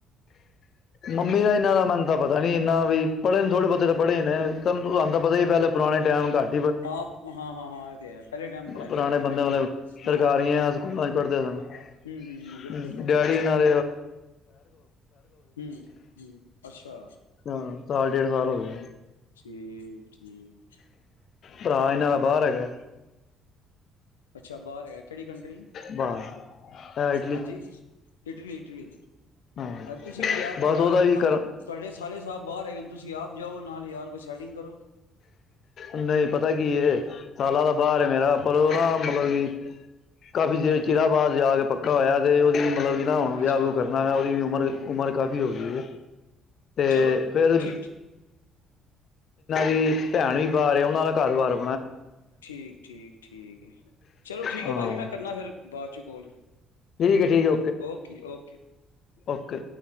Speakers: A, on the left (about 55°); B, on the left (about 85°).
A: ਮੰਮੀ ਦਾ ਇਹਨਾਂ ਦਾ ਮੈਨੂੰ ਤਾਂ ਪਤਾ ਨਹੀਂ ਇਨਾ ਵੀ ਪੜ੍ਹਨ ਥੋੜੇ ਬਹੁਤੇ ਪੜ੍ਹੇ ਨੇ ਤਾਂ ਪਤਾ ਪਹਿਲੇ ਪੁਰਾਣੇ ਟਾਈਮ ਘੱਟ
B: ਆਪ ਹਾਂ ਹਾਂ ਹਾਂ ਇਹ ਤੇ ਹੈ ਪਹਿਲੇ ਟਾਈਮ ਪੜ੍ਹਾਈਆਂ
A: ਪੁਰਾਣੇ
B: ਥੋੜ੍ਹੀ
A: ਬੰਦੇ
B: ਘੱਟ ਹੀ
A: ਸਰਕਾਰੀ
B: ਬਿਲਕੁਲ
A: ਆ ਸਕੂਲਾਂ ਚ ਪੜ੍ਹਦੇ ਆ ਸਾਨੂੰ
B: ਹੂੰ ਹੂੰ ਹੂੰ ਬਿਲਕੁਲ ਬਿਲਕੁਲ
A: ਡੈਡੀ ਨਾਲ
B: ਹਮ ਹਮ ਅੱਛਾ
A: ਹਾਂ ਸਾਲ ਡੇਢ ਸਾਲ ਹੋ ਗਿਆ
B: ਠੀਕ। ਹਮ।
A: ਭਰਾ ਇਹਨਾਂ ਦਾ ਬਾਹਰ ਹੈਗਾ।
B: ਅੱਛਾ ਬਾਹਰ ਹੈਗਾ ਕਿਹੜੀ ਕੰਟਰੀ
A: ਬਾਹਰ ਇਹ ਇਟਲੀ
B: ਹਾਂਜੀ ਇਟਲੀ ਇਟਲੀ
A: ਹਾਂ
B: ਤੁਸੀਂ ਵੀ ਯਾਰ ਤੁਹਾਡਾ
A: ਬਸ ਉਹਦਾ ਵੀ
B: ਨਮ
A: ਕਰ
B: ਤੁਹਾਡੇ ਸਾਰੇ ਸਾਹਿਬ ਬਾਹਰ ਹੈਗੇ ਨੇ ਤੁਸੀਂ ਆਪ ਜਾਓ ਨਾਲ ਯਾਰ ਕੁਛ ਸਟਾਰਟਿੰਗ ਕਰੋ।
A: ਨਹੀਂ ਪਤਾ ਕੀ ਇਹ ਸਾਲਾਂ ਦਾ ਬਰ ਮੇਰਾ ਪ੍ਰੋਗਰਾਮ। ਮਤਲਬ ਕਿ ਕਾਫ਼ੀ ਦੇਰ ਚਿਰਾ ਬਾਅਦ ਜਾ ਕੇ ਪੱਕਾ ਹੋਇਆ ਤੇ ਉਹਦੀ ਮਤਲਬ ਕਿ ਹੁਣ
B: ਅੱਛਾ
A: ਵਿਆਹ ਵਿਹ ਕਰਨਾ ਹੈਾ ਉਹਦੀ ਉਮਰ ਉਮਰ ਕਾਫ਼ੀ ਹੋ ਗਈ ਹੈ। ਤੇ
B: ਚਲੋ
A: ਫਿਰ
B: ਠੀਕ।
A: ਤੇ ਭੈਣ ਵੀ ਬਾਹਰ ਆ ਉਹਨਾਂ ਦਾ ਘਰ ਬਾਹਰ
B: ਠੀਕ ਠੀਕ ਠੀਕ ਹੈ ਚਲੋ ਠੀਕ
A: ਹਾਂ
B: ਹੈ ਭਾਜੀ ਮੈਂ ਕਰਨਾ ਫਿਰ ਬਾਅਦ ਚ ਕੋਲ
A: ਠੀਕ ਹੈ। ਠੀਕ ਹੈ
B: ਓਕੇ ਓਕੇ।
A: ਓਕੇ।